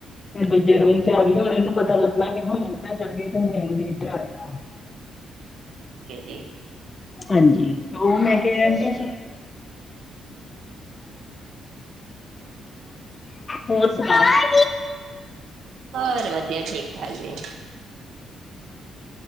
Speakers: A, on the left (about 30°); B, on the right (about 75°).
A: ਦੂਜੇ ਰੂਮ ਚ ਆ ਗਈਏ ਇਹਨੂੰ ਪਤਾ ਲੱਗਣਾ ਕਿ ਉੱਧਰ ਚਲੇ ਗਏ ਤੇ ਹੁਣ ਨਹੀਂ ਇਧਰ ਆ ਜਾਣਾ
B: ਠੀਕ ਹੈ ਜੀ
A: ਹਾਂਜੀ ਉਹ ਮੈਂ ਕਹਿੰਦੀ ਸੀ। ਹੋਰ ਸੁਣਾਓ
B: ਹੋਰ ਵਧੀਆ ਠੀਕ ਠਾਕ ਜੀ